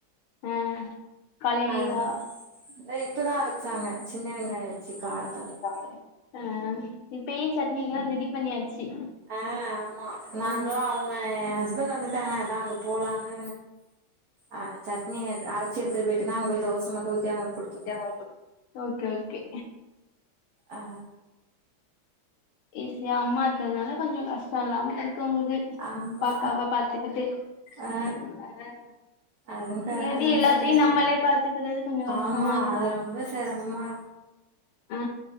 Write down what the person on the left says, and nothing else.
ஆ காலலேவா
காரத்த அ இப்பயே சட்னிக்கெலா ரெடி பண்ணியாச்சு
ஆ
அது ஓகே ஓகே
ஈசியா அம்மா இருக்கிறதுனால கொஞ்சோ கஷ்டோ இல்லாம இருக்கு உங்ளுக்கு
பாப்பாவ பாத்துகிட்டு
அதுனால
மேபி
எல்லாத்தையு
நம்மளே பாத்துக்கிறது கொஞ்சோ கஷ்டமா
இருக்கு
ஆ